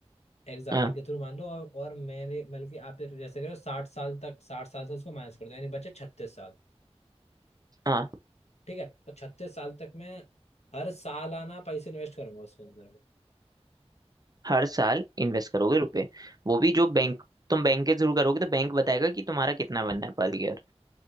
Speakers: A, on the left; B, on the right.
A: एग्जाम्पल
B: हाँ
A: के थ्रू मान लो और, और मेरे बल्कि आप जैसे करो साठ साल तक साठ साल से उसको माइनस कर दो यानी बचे छत्तीस साल
B: हाँ
A: ठीक है तो छत्तीस साल तक मैं हर साल आना पैसे इन्वेस्ट करूंगा उसके अंदर
B: हर साल इन्वेस्ट करोगे रुपए वो भी जो बैंक
A: हाँ
B: तुम बैंक के थ्रू करोगे तो बैंक बताएगा कि तुम्हारा कितना बनना है पर ईयर